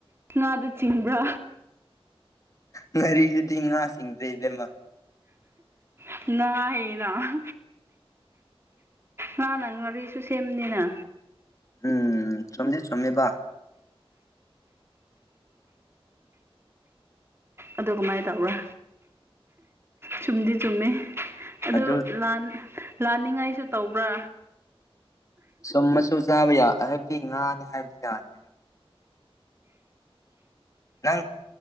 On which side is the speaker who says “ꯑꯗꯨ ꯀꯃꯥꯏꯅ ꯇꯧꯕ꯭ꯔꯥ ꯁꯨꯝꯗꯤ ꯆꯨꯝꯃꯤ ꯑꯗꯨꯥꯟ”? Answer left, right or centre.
Right